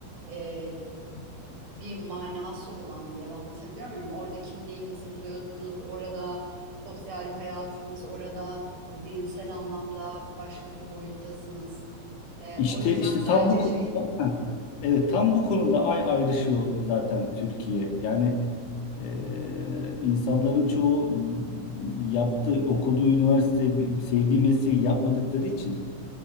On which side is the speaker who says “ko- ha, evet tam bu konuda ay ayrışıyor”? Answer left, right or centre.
Left